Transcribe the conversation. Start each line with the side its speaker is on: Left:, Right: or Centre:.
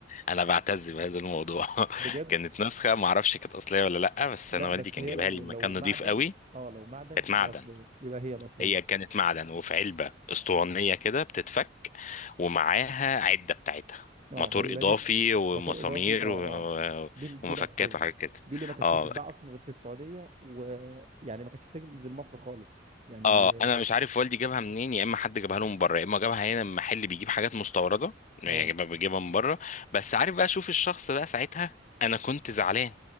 Left: انا بعتز بهذا الموضوع <laughs>
Right: بجد
Left: كانت نسخة ما اعرفش كانت أصلية ولا لا بس
Right: لا
Left: انا والدي
Right: بس
Left: كان
Right: هي
Left: جايبها
Right: لو
Left: لي لما
Right: لو
Left: كان نضيف
Right: معدن
Left: قوي
Right: اه لو معدن
Left: كانت
Right: تبقى
Left: معدن
Right: اصليه يبقى هي الاصليه
Left: هي كانت معدن وفي علبة اسطوانية كده بتتفك ومعاها عدة بتاعتها
Right: اه
Left: موتور
Right: ما يبقى
Left: إضافي
Right: دي
Left: ومسامير
Right: موتور اضافي اه اه
Left: و...
Right: دي ال-
Left: ومفكات
Right: دي الاصليه
Left: وحاجات كده
Right: دي اللي ما كانتش
Left: اه
Right: بتتباع اصلا غير في السعوديه ويعني ما كانتش بتنزل مصر خالص يعني
Left: اه انا مش عارف والدي جابها منين يا اما حد جابها له من بره يا اما جابها هنا من محل بيجيب حاجات مستورده يعني
Right: اه
Left: جابها بيجيبها من بره بس عارف بقى شوف الشخص بقى ساعتها انا كنت زعلان